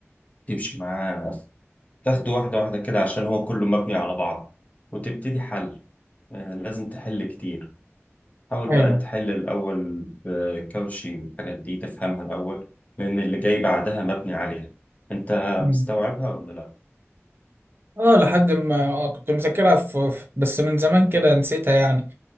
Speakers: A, on the left (about 30°); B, on the right (about 50°).
A: تمشي معاه تاخده واحدة واحدة كده عشان هو كله مبني على بعض وتبتدي حل آه، لازم تحل كتير حاول
B: ايوه
A: بقى تحل الأول بكاوتشي والحاجات دي تفهمها الأول لأن اللي جاي بعدها مبني عليها أنت
B: مم.
A: مستوعبها ولا لأ؟
B: اه لحد ما آه كنت مذاكرها في في- بس من زمان كده نسيتها يعني